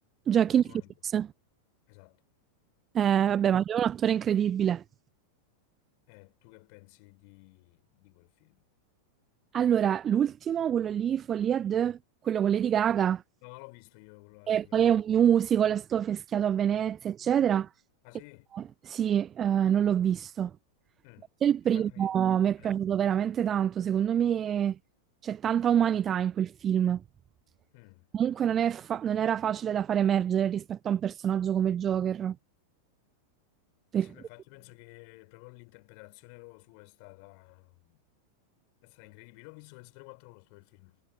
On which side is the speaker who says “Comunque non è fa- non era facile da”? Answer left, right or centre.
Right